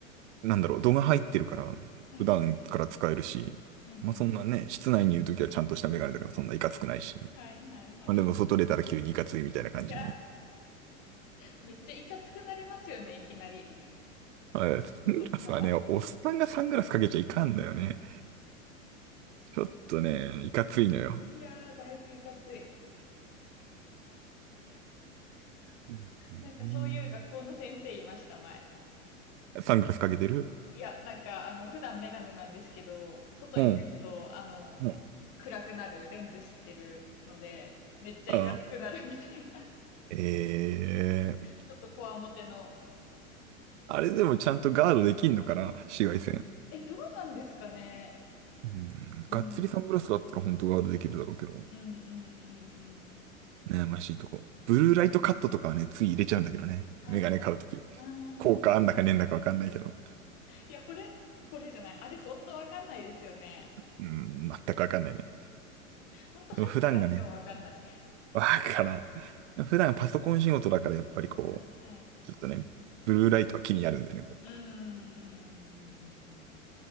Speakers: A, on the right; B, on the left.
A: なんだろう、度が入ってるから、
B: いはい。
A: 普段から使えるし、
B: うんうん。
A: まあそんなね、室内にいるときはちゃんとしたメガネだからそんないかつくないし。
B: はいはいはい。
A: まあでも外出たら急にいかついみたいな感じに。
B: いや、めっちゃいかつくなりますよね、いきなり。
A: あサングラスはね、
B: 外出たら。
A: おっさんがサングラスかけちゃいかんのよね。ちょっとね、いかついのよ。
B: いやー、だいぶいかつい。
A: うん
B: なんかそういう学校の先生いました、前。
A: サングラスかけてる
B: いや、なんか、あの、普段メガネなんですけど、外に出ると、
A: うん。
B: あの、
A: うん。
B: 暗くなる、レンズしてるので、めっちゃいかつくなるみたいな。
A: ああ。ええ
B: <laughs> ちょっとこわもての。
A: あれでもちゃんとガードできんのかな紫外線。
B: え、どうなんですかね。
A: うん。
B: うん。
A: がっつりサングラスだったら本当ガードできるだろうけど。
B: うんうんうんうん。
A: 悩ましいとこ。ブルーライトカットとかはね、つい入れちゃうんだけどね。
B: はいはい。
A: メガネ買うとき。
B: ああ。
A: 効果あんだかねえんだかわかんないけど。
B: いや、これこれじゃない。あれほんとわかんないですよね。
A: うん、全くわかんないね。
B: ほんと入ってなくてもわかんない。
A: でも普段がね、<laughs> わからん。普段パソコン仕事だからやっぱりこう、
B: はいはい。
A: ちょっとね、ブルーライトは気になるんでね、こ
B: うんうんうんうんうんうんうんうん。い